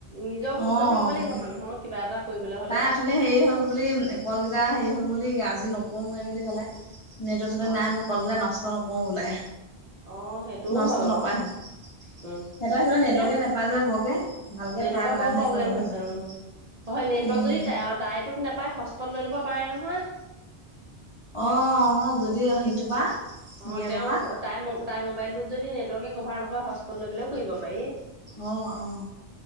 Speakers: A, on the right (about 50°); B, on the left (about 50°).
A: নিজৰ গুৰুত্ব
B: অ
A: থাকিব
B: তাকে
A: লাগিব মানুহৰ কিবা এটা কৰিবলে হ
B: তাই অঠোনি হেৰি হল বুলি কল কেইটা হেৰি হ'ল বুলি আজি নকৰোৱে বুলি ক'লে, নেটৱৰ্ক চেটৰ্ক
A: অ
B: নাই মোৰ কল কেইটা নষ্ট ন নকৰোঁ বোলে।
A: অঁ সেইটোও
B: নষ্ট
A: হয় বাৰু।
B: নকৰা হেনো সিহঁতৰ
A: উম
B: সিফালে নেটৱৰ্কে
A: এ
B: নাপায় যে বৰকে ভালকে
A: নেটৱৰ্কৰ
B: ঠাই পালে
A: বৰ
B: মানেহে
A: প্ৰব্লেম
B: কৰিম বুলি
A: হৈছে উম
B: <inaudible>
A: হয় নেটৱৰ্ক
B: উম
A: যদি তাইটোত নেপায় হস্পত লৈ ল'ব পাৰে নহয়।
B: অঁ যদি সেইটো পা।
A: অঁ
B: গিৰিয়েকৰ
A: তেওঁৰ
B: পা
A: ম তাই তাই মোবাইলটোত যদি নেটৱৰ্কে কভাৰ নকৰে হস্পত লৈ পেলাইও কৰিব পাৰি।
B: অঁ অঁ।